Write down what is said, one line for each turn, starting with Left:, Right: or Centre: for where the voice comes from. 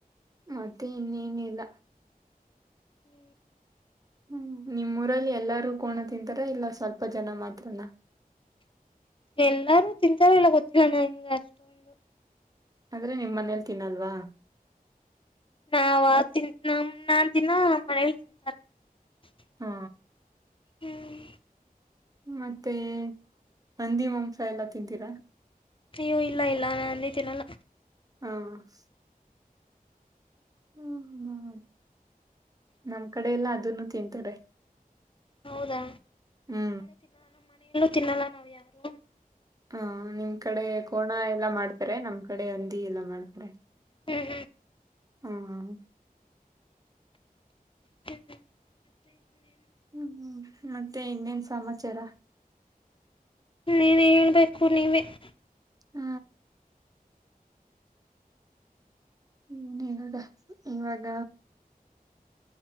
Right: ಮತ್ತೆ ಇನ್ನೇನ ಇಲ್ಲ
Left: ಹೂ
Right: ಹೂ ನಿಮ್ಮ ಊರಲ್ಲಿ ಎಲ್ಲಾರೂ ಕೋಣ ತಿಂತಾರ ಇಲ್ಲ ಸ್ವಲ್ಪ ಜನ ಮಾತ್ರ ನಾ
Left: ಎಲ್ಲಾರು ತಿಂತಾರ ಇಲ್ಲ ಗೊತ್ತಿಲ್ಲ ನಂಗೆ ಅಷ್ಟೊಂದು
Right: ಆದ್ರೆ ನಿಮ್ ಮನೇಲ್ ತಿನ್ನಲ್ವಾ?
Left: ನಾವ ತಿನ್ ನಮ್ಮ ನಾನ್ ತಿನ್ನಲ್ಲ ನಮ್ಮ ಮನೇಲಿ ತಿಂತಾರೆ.. <unintelligible>
Right: ಹೂ
Left: ಹ್ಮ್
Right: ಮತ್ತೆ ಬಂದಿ ಮಾಂಸ ಎಲ್ಲಾ ತಿಂತೀರಾ?
Left: ಚಿ ಯ್ಯೋ ಇಲ್ಲ ಇಲ್ಲ ನಾ ಹಂದಿತೀನಲ್ಲ
Right: ಹಾ <unintelligible> ಹ್ಮ್ ನಮ್ ಕಡೆ ಎಲ್ಲ ಅದನ್ನು ತಿಂತಾರೆ
Left: ಹೌದಾ
Right: ಹೂ
Left: ತಿನ್ನಲ್ಲಾ ನಾವು ಯಾರು? <unintelligible>
Right: ಹಾ ನಿಮ್ ಕಡೆ ಕೋಣ ಎಲ್ಲಾ ಮಾಡ್ತಾರೆ ನಮ್ ಕ ಕಡೆ ಹಂದಿ ಎಲ್ಲ ಮಾಡುತ್ತಾರೆ.
Left: ಹ್ಮ್
Right: ಹೌದಾ <unintelligible>
Left: ಹೂ ಮತ್ತೆ ಹೇಳಿ <inaudible>
Right: ಹೂ ಹೂ ಮತ್ತೆ ಇನ್ನೇನ್ ಸಮಾಚಾರ? <unintelligible>
Left: ನೀವೇ ಹೇಳ್ಬೇಕು ನೀವೇ <unintelligible>
Right: ಹ ಹ್ಮ ಏನಾದ ಇವಾಗ